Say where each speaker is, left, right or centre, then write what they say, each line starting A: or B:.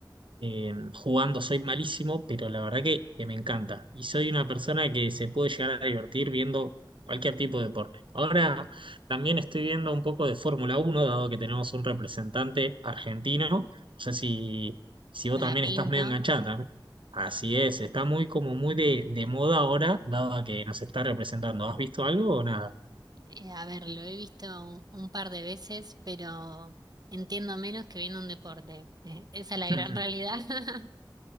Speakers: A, on the right (about 80°); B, on the right (about 50°).
A: eh, jugando soy malísimo, pero la verdad que, que me encanta. Y soy una persona que se puede llegar a divertir viendo cualquier tipo de deporte. Ahora también estoy viendo un poco de Fórmula Uno, dado que tenemos un representante argentino. No sé si, si
B: Con
A: vos también
B: la pinto.
A: estás medio enganchada. también. Así es, está muy como muy de, de moda ahora, dado que nos está representando. ¿Has visto algo o nada?
B: Eh, a ver, lo he visto un, un par de veces, pero entiendo menos que viendo un deporte. Eh, esa es la
A: <laughs>
B: gran realidad. <laughs>